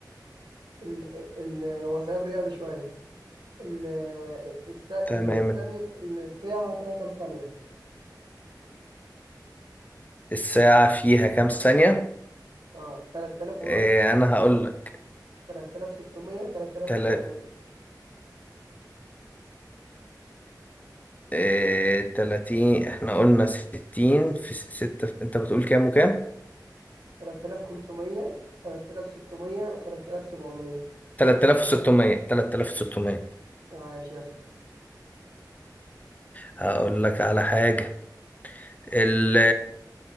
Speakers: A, on the right (about 80°); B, on the left (about 20°).
A: ال ال هو سؤال رياضي شوية ال الس ال-
B: تمام
A: الثانية الساعة فيها كام ثانية؟
B: الساعة فيها كام ثانية
A: اه تلات آلاف ونص
B: إيه انا هقول لك
A: تلات آلاف ستمية تلات آلاف
B: تلات
A: سبعمية
B: إيه تلاتين احنا قلنا ستين في س- ستة انت بتقول كام وكام
A: تلات آلاف خمسمية تلات آلاف ستمية تلات آلاف سبعمية
B: 3600 3600
A: عاش يا اسطى
B: هقول لك على حاجة ال